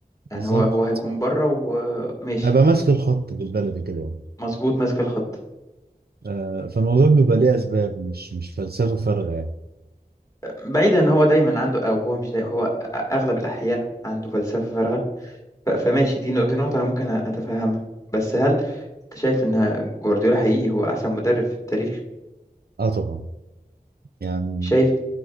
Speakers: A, on the left; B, on the right.
A: يعني
B: بالظبط
A: هو هو هيكون بره وماشي
B: أبقى ماسك الخط بالبلدي كده يعني.
A: مظبوط ماسك الخط
B: آه، فالموضوع بيبقى ليه أسباب مش مش فلسفة فارغة يعني.
A: بعيدا ان هو دايما عنده او هو مش دايما هو اغلب الاحيان عنده فلسفه فارغه ف- فماشي دي نقطه دي نقطه انا ممكن اتفهمها بس هل انت شايف ان جوارديولا حقيقي هو احسن مدرب في التاريخ
B: اه طبعا يعني
A: شايف